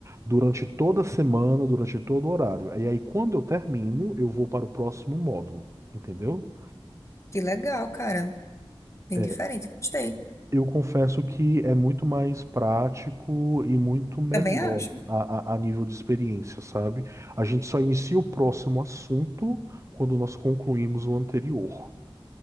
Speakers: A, on the right; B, on the left.
A: durante toda a semana, durante todo o horário. E aí, quando eu termino, eu vou para o próximo módulo, entendeu?
B: Que legal, cara. Bem
A: É,
B: diferente. Gostei.
A: Eu confesso que é muito mais prático e muito melhor
B: Também acho.
A: a, a- a nível de experiência, sabe? A gente só inicia o próximo assunto quando nós concluímos o anterior.